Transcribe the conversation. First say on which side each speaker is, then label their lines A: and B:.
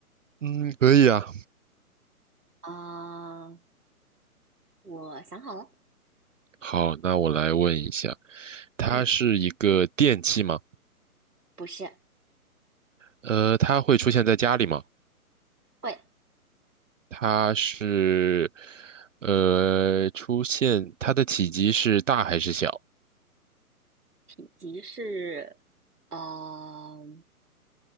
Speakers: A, on the right; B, on the right.
A: 嗯，可以啊。
B: 啊、我想好了，
A: 好，那我来问一下，它是一个电器吗？
B: 嗯，不是，
A: 呃，它会出现在家里吗？
B: 会，
A: 它是呃出现它的体积是大还是小？
B: 体积是，呃，